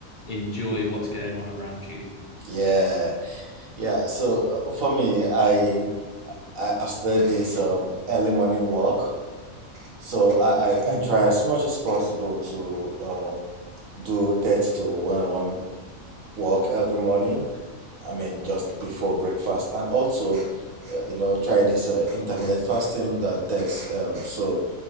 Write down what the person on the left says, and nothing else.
enjoy what's going on around you.
Mm.